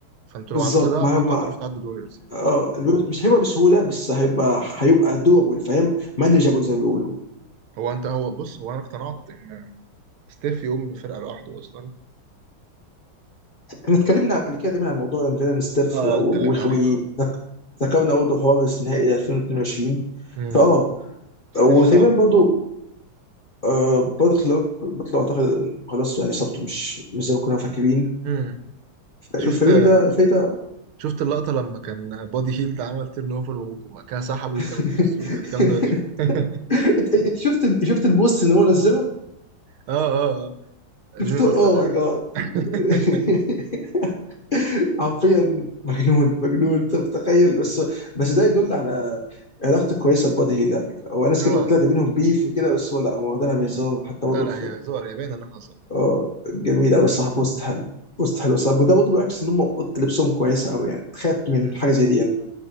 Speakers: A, on the right; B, on the left.
A: فانتوا
B: بالظبط
A: لو عديتوا ده
B: ما
A: اتوقع
B: ما
A: تعرفوا تعدوا الوريورز يعني
B: اه الويب- مش هيبقى بسهوله بس هيبقى هيبقى دوبل فاهم مانجابل زي ما بيقولوا
A: هو انت هو بص هو انا اقتنعت ستيف يقوم بفرقة لوحده أصلا
B: احنا اتكلمنا قبل كده تقريبا عن موضوع ان فعلا ستيف
A: اه
B: وخوي
A: اتكلمنا عليه اه
B: ذكرنا برضه حوار نهائي 2022
A: امم
B: فاه
A: ستيف
B: وتقريبا
A: صعب
B: برضه آه بطلر بطلر اعتقد خلاص يعني اصابته مش مش زي ما كنا مفكرين
A: امم
B: الفريق
A: شفت
B: ده الفريق ده
A: شفت اللقطة لما كان بودي هيلد عمل تيرن اوفر وبعد كده سحبه وكانوا
B: <laughs>
A: بيبصوا له كانت جامدة فشخ. <laughs>
B: انت أنت شفت شفت البوست اللي هو نزله
A: اه اه اه
B: شفته
A: جيمي باتلر
B: اوه ماي جاد
A: <laughs>
B: <laughs> حرفيا مجنون مجنون انت متخيل بس بس ده يدل على علاقته كويسه ببادي هيل على فكره هو ناس
A: أيوة.
B: كتير بتقول
A: اه
B: ده بينهم بيف وكده بس هو لا هو واخدينها بهزار حتى
A: لا
B: برضه
A: لا هي هزار هي باين انها هزار
B: اه جميل قوي الصراحه بوست حلو بوست حلو الصراحه وده برضه بيعكس ان هم اوضه لبسهم كويسه قوي يعني تخاف من
A: امم
B: حاجه زي دي انت